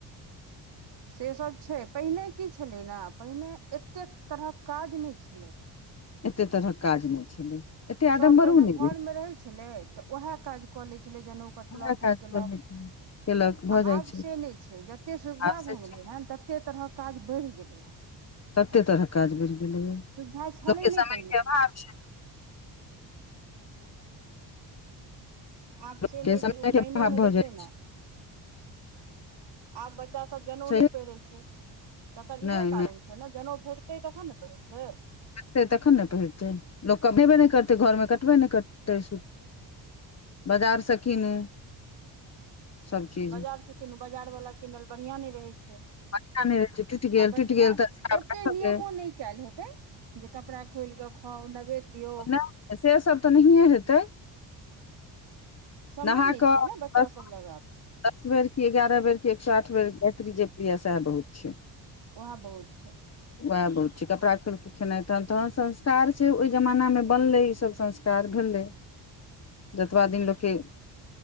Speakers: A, on the right (about 60°); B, on the left (about 35°).
A: <inaudible> से सब छै पहिने की छलै न पहिने एतेक तरह काज नै छलै
B: एते तरह काज नै छलै एते
A: सभ
B: आडम्बरो
A: पहिने
B: नहि
A: घर मऽ रहै छलै तऽ उहै काज कऽ लै छलै जनउ कटलक
B: उएह काज
A: ई केलक
B: केलक
A: <inaudible>
B: भऽ
A: आ
B: जाइ
A: आब
B: छै
A: से नै छै जते सुविधा
B: आब से
A: भऽ
B: छै
A: गेलै है तते तरहक काज बैरह गेलै है
B: तते तरह काज बैरह गेलै यऽ
A: सुविधा
B: <inaudible>
A: छलै
B: लोक केँ
A: नहि
B: समय
A: पहिने
B: के अभाव छै
A: आब
B: लोकके
A: से नै
B: समय
A: छै उपनैयने
B: के अभाव
A: में
B: भऽ
A: देखियौ
B: जाइ
A: न आब बच्चा सब जनउ
B: छै
A: नै पहिरे छै <inaudible> तकर इहो
B: नहि
A: कारण
B: नहि
A: छै छै न जनउ भेटतै तखन न पहिरतै
B: फेर तखन न पहिरतै लोक <unintelligible> नै करतै घर में कटबे नै करतै सू बाजार स कीनू सब चीज
A: बाजार स कीनु बाजार वला किनल बढ़िआँ नै रहै छै
B: बढ़िया
A: <inaudible>
B: नहि रहै छै टुटि गेल
A: आ बच
B: टुटि गेल तऽ अच्छा आब
A: ओते
B: रखबै
A: नियमो नै कैल हेतै जे कपड़ा खोल कऽ खाओ नैवेद्य दियऔ
B: नै से सब तऽ नहीए हेतै
A: समय
B: नहा
A: नहि
B: कऽ
A: छै ने बच्चा
B: <unintelligible>
A: सब लग आब
B: दस बेर की एगारह बेर की एक सए आठ बेर गैत्री जेप लीय सएह बहुत छै
A: उएह बहुत छै
B: वएह बहुत छै कपड़ा खोल क खेनाइ तहेन तहन संस्कार छै ओहि जमाना मे बनले ईसभ संस्कार प्यार भेले
A: <inaudible>
B: जतबा दिन लोक के